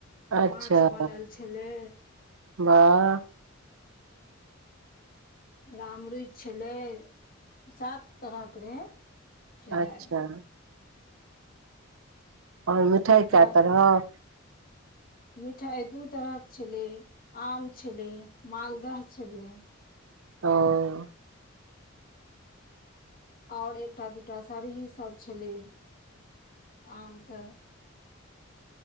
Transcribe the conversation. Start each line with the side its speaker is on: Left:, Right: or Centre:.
Right: अच्छा
Left: माछ बनल छलै।
Right: वाह
Left: रामरूचि छलै, सात तरहके रहै। खेनाइ
Right: अच्छा। और मिठाइ
Left: सबटा
Right: कय तरहक।
Left: मिठाइ दू तरहक छलै, आम छलै, मालदह छलै।
Right: हं।
Left: और एकटा दूटा सरही सब छलै, आमके